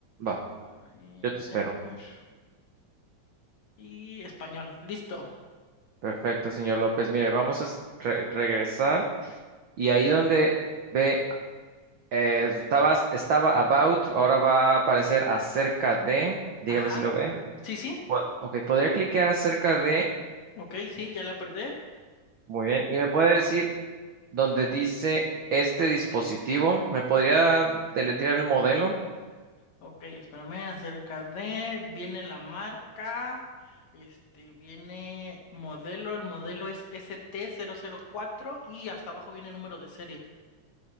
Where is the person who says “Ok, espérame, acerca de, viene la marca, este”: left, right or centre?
Left